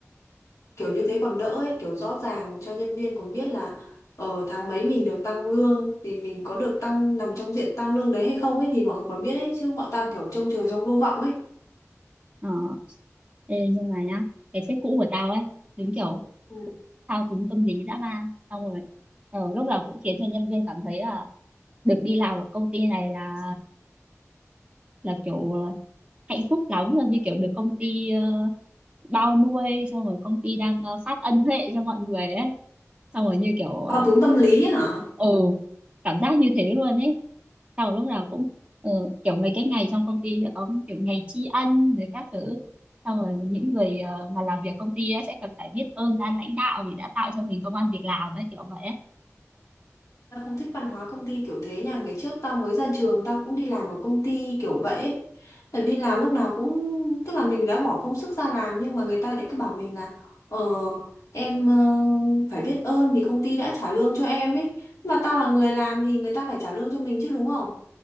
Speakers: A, on the left; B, on the right.
A: kiểu như thế còn đỡ ấy kiểu rõ ràng cho nhân viên còn biết là ở tháng mấy mình được tăng lương thì mình có được tăng nằm trong diện tăng lương đấy hay không ấy thì mọi người còn biết ấy chứ bọn tao kiểu trông chờ trong vô vọng ấy
B: ờ, Ê, nhưng mà nhá cái sếp cũ của tao ấy đúng kiểu
A: Ừ.
B: thao túng tâm lý dã man xong rồi ờ, lúc nào cũng khiến cho nhân viên cảm thấy là được đi làm ở công ty này là là kiểu ờ, hạnh phúc lắm rồi như kiểu được công ty ờ, bao nuôi xong rồi công ty đang ờ, phát ân huệ cho mọi người ấy xong rồi như kiểu ờ,
A: thao túng tâm lý ấy hả
B: ừ cảm giác như thế luôn ấy sau lúc nào cũng ờ, kiểu mấy cái ngày trong công ty sẽ có kiểu ngày tri ân rồi các thứ xong rồi những người ờ, mà làm việc công ty ấy sẽ cần phải biết ơn ban lãnh đạo vì đã tạo cho mình công ăn việc làm ấy kiểu vậy ấy.
A: Tao không thích văn hóa công ty kiểu thế nha Ngày trước tao mới ra trường Tao cũng đi làm ở công ty kiểu vậy ấy. Tại vì đi làm lúc nào cũng Tức là mình đã bỏ công sức ra làm Nhưng mà người ta lại cứ bảo mình là Ờ em ờ, phải biết ơn Vì công ty đã trả lương cho em ấy Nhưng Mà tao là người làm thì người ta phải trả lương cho mình chứ đúng không